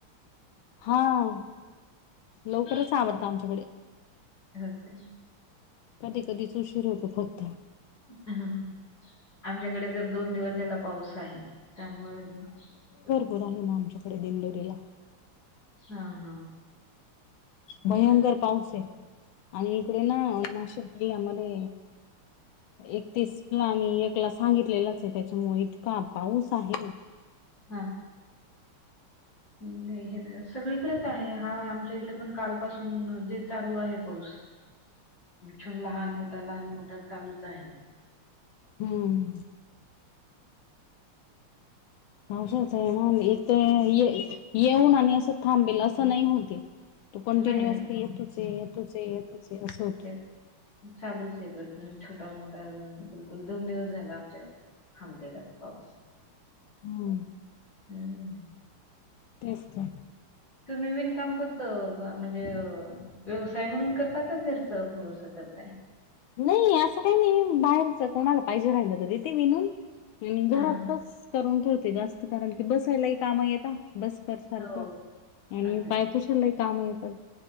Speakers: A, on the left; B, on the left.
A: हां, लवकरच आवरत आमच्याकडे.
B: हांत द्या.
A: कधी कधीच उशीर होतो फक्त.
B: हं हा आमच्याकडे तर दोन दिवस झाला पाऊस आहे. त्यामुळच म
A: पूर आहे ना आमच्याकडे दिंडोरीला.
B: हा हा.
A: भयंकर
B: इकडे
A: पाऊस ए आणि इकडे ना नाशिक जिल्ह्या मध्ये एकतीस ला आणि एकला सागितले लाच ए त्याच्यामुळे पाऊस आहे.
B: हा. हम्म, हे सगळीकडेच आहे हा आमच्या इकडे पण काल पासून जे चालू आहे पाऊस. छण लहान मोठं लहान मोठं चालूच आहे.
A: हम्म. पावसाच येणार ए ना एक तर येईत येऊन आणि असं थांबेल असं नाय होते ए. तो कंटिन्युअसली
B: नाही नाही
A: येतोच ए येतोच ए येतोच ए असं होतं.
B: हे चालूच ए तर छोटा मोठा बिलकुल दोन दिवस झाला आमच्याकडे. थांबलेलाच पाऊस.
A: हम्म
B: हम्म
A: तेच तर
B: तुम्ही विणकाम करत म्हणजे व्यवसाय म्हणून करता का घरच थोडस करताय
A: नाही असं काही नाही बाहेरच कोणाला पाहिजे राहिलं तर तिथे विणून आणि घरातच
B: हां.
A: करून ठेवते जास्त कारण की बसायलाही काम येता बसकर सारखं
B: हो.
A: आणि
B: अच्छा,
A: पाय
B: अच्छा.
A: पुसायला एक काम येतात